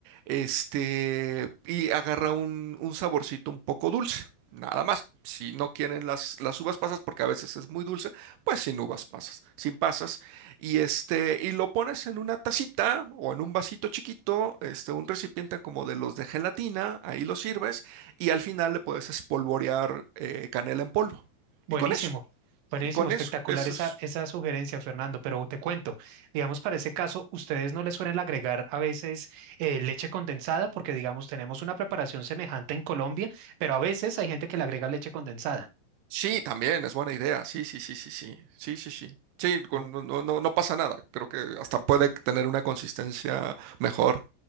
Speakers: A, on the right; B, on the right.
A: este, y agarra un, un saborcito un poco dulce. Nada más, si no quieren las, las uvas pasas, porque a veces es muy dulce, pues sin uvas pasas, sin pasas. Y este, y lo pones en una tacita o en un vasito chiquito, este, un recipiente como de los de gelatina, ahí lo sirves, y al final le puedes espolvorear eh, canela en polvo.
B: Buenísimo,
A: Y con eso.
B: buenísimo,
A: Y con
B: espectacular
A: eso, eso
B: esa,
A: es.
B: esa sugerencia, Fernando. Pero te cuento, digamos, para ese caso, ustedes no les suelen agregar a veces eh, leche condensada, porque, digamos, tenemos una preparación semejante en Colombia, pero a veces hay gente que le agrega leche condensada.
A: Sí, también es buena idea. Sí, sí, sí, sí, sí. Sí, sí, sí. Sí, con-
B: Oh,
A: no, no, no no pasa nada. Creo que hasta puede tener una consistencia mejor.